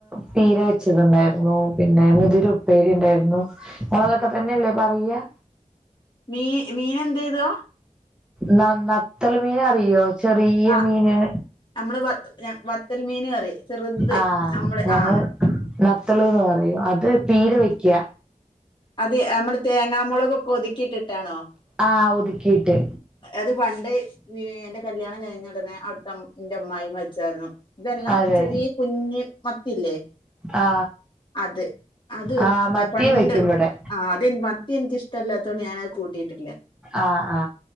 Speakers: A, in the centre; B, on the left.
A: പീര വെച്ചതുണ്ടായിരുന്നു പിന്നെ മുതിരു പ്പേരിണ്ടായിരുന്നു നിങ്ങളതൊക്കെ തന്നെയല്ലേ പറയ
B: മീ മീനേന്ത്ദാ
A: ന നത്തലു മീനറിയോ ചെറിയ
B: ആ
A: മീന്
B: നമ്മള് ബത് വത്തൽ മീൻ കറി ചെറുത്
A: ആഹ്
B: നമ്മള്
A: ഞങ്ങള്
B: ആ
A: നത്തൾന്ന് പറയും അത് പീരവെക്ക
B: അത് നമ്മള് തേങ്ങാമുളക് ഒക്കെ ഒതുക്കിട്ടിട്ടാണോ
A: ആ ഒതുക്കിയിട്ട്
B: അത് പണ്ട് എന്റെ കല്യാണം കഴിഞ്ഞുടനെ അവിടുത്തെ എന്റെമ്മായും വച്ചായിരുന്നു ഇതെല്ലാം
A: അതെ
B: ചെറിയ കുഞ്ഞ് മത്തിയില്ലേ
A: ആ
B: അത് അത്
A: ആ മത്തിയും
B: പണ്ട്
A: വെക്കും ഇവിടെ
B: ആഹ് അത് മത്തിനിക് ഇഷ്ടല്ലാത്തതോണ്ട് ഞാനത് കൂട്ടിയിട്ടില്ല
A: ആ ആ